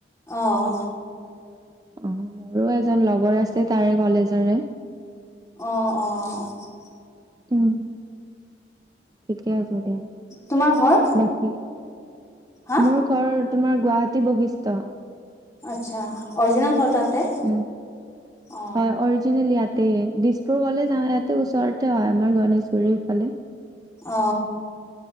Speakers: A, on the left; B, on the right.
A: অও।
B: মোৰো এজন লগৰ আছিলে তাৰে কলেজৰে।
A: অঁ অঁ।
B: উম ঠিকে আছে দিয়া
A: তোমাৰ ঘৰ
B: বাক-
A: হা
B: মোৰ ঘৰ তোমাৰ গুৱাহাটী বৈশিষ্ট।
A: আচ্ছা অৰজিনেল ঘৰ তাতে।
B: উম
A: অ
B: হয় অৰজিনেলি ইয়াত। তে দিছপুৰ কলেজ যাও ইয়াতে ওচৰতে হয় আমাৰ গণেশগুৰিৰ ফালে।
A: অ,